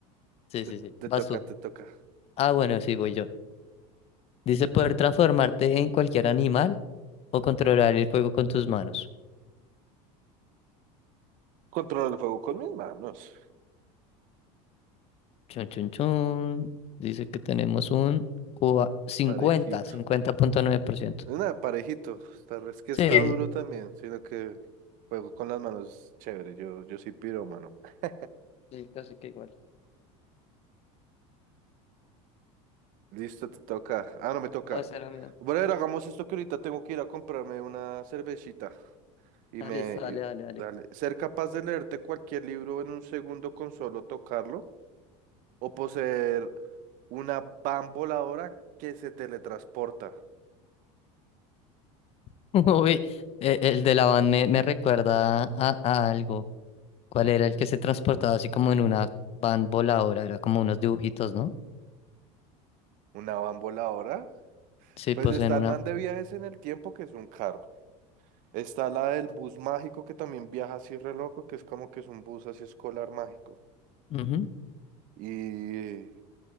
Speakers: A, on the left; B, on the right.
A: Sí,
B: Te,
A: sí, sí.
B: te
A: Vas
B: toca,
A: tú.
B: te toca.
A: Ah, bueno, sí, voy yo. Dice poder transformarte en cualquier animal o controlar el fuego con tus manos.
B: controlar el fuego con mis manos.
A: Chun, chun, chun. Dice que tenemos un cua- cincuenta,
B: Parejito.
A: cincuenta punto nueve por ciento
B: Nada, parejito. Tal vez que está
A: Sí.
B: duro también, sino que fuego con las manos, chévere. Yo, yo soy pirómano. <laughs>
A: Sí, casi que igual.
B: Listo, te toca. Ah, no me toca.
A: No, ese era mío.
B: Bueno, hagamos esto que ahorita tengo que ir a comprarme una cervecita y
A: Ah,
B: me...
A: listo, dale,
B: y-
A: dale, dale.
B: dale. Ser capaz de leerte cualquier libro en un segundo con solo tocarlo o poseer una van voladora que se teletransporta.
A: <laughs> Uy, eh, el de la van me, me recuerda a, a algo. ¿Cuál era el que se transportaba así como en una van voladora? Era como unos dibujitos, ¿no?
B: ¿Una van voladora?
A: Sí,
B: Pues
A: pues
B: está
A: en una.
B: el man de viajes en el tiempo, que es un carro. Está la del bus mágico, que también viaja así re loco, que es como que es un bus así escolar mágico.
A: Ujú.
B: Y,